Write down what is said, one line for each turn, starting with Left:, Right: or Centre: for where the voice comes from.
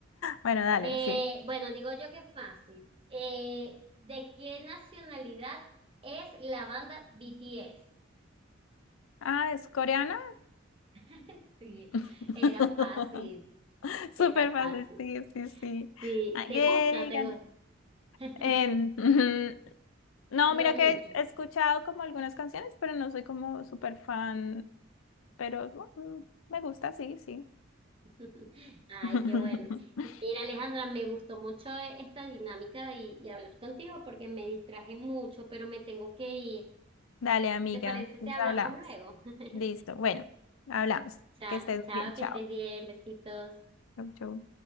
Left: Bueno, dale,
Right: Eh,
Left: sí.
Right: bueno, digo yo que fácil. Eh, ¿de qué nacionalidad es la banda BTS?
Left: Ah, ¿es coreana?
Right: <laughs> Sí,
Left: <laughs>
Right: era fácil.
Left: Súper
Right: Era
Left: fácil,
Right: fácil.
Left: sí, sí, sí.
Right: Sí,
Left: Ah,
Right: ¿te
Left: yay,
Right: gusta? ¿Te
Left: gané.
Right: gusta? <laughs>
Left: Em, ujú. no,
Right: No
Left: mira
Right: mucho.
Left: que he escuchado como algunas canciones, pero no soy como súper fan, pero bueno, me gusta, sí, sí.
Right: <laughs> Ay,
Left: <laughs>
Right: qué bueno. Mira, Alejandra, me gustó mucho esta dinámica y, y hablar contigo porque me distraje mucho, pero me tengo que ir.
Left: Dale, amiga,
Right: ¿Te parece si
Left: pues
Right: hablamos
Left: hablamos.
Right: luego? <laughs>
Left: Listo, bueno, hablamos.
Right: Chao,
Left: Que estés muy
Right: chao,
Left: bien, chao.
Right: que estés bien, besitos.
Left: Chau, chau.